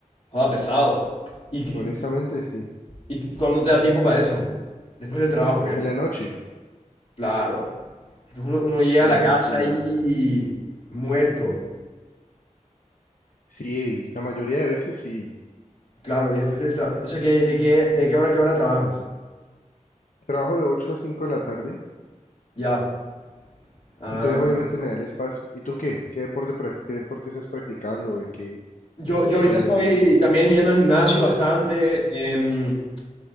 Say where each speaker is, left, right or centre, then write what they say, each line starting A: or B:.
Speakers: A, on the left (about 55°); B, on the left (about 75°).
A: Joda, pesado. ¿Y, y,
B: honestamente sí.
A: y cuándo te da tiempo para eso? Después del trabajo, ¿qué?
B: En la noche,
A: Claro. Después uno, uno llega
B: en
A: a la
B: la
A: casa
B: noche ya.
A: ahí muerto.
B: Sí, la mayoría de veces sí.
A: Claro, y después del trabajo. O sea, ¿qué- de qué, de qué hora a qué hora trabajas?
B: Trabajo de ocho a 5 de la tarde.
A: Ya. Ah,
B: Entonces, obviamente, me da el espacio. ¿Y tú qué? ¿Qué deporte, prac- qué deporte estás practicando o en qué
A: Yo, yo
B: estás
A: ahorita
B: metido?
A: estoy también yendo al gimnasio bastante. em,